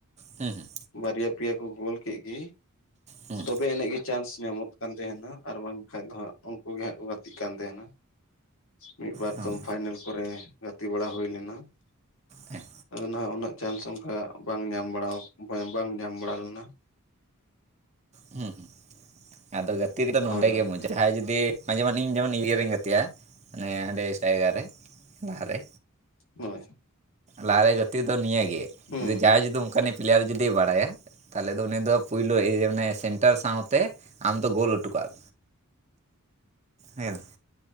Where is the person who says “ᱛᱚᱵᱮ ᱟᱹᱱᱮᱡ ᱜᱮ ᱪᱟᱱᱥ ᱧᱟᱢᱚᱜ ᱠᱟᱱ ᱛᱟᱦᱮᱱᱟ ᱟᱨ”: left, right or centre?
Left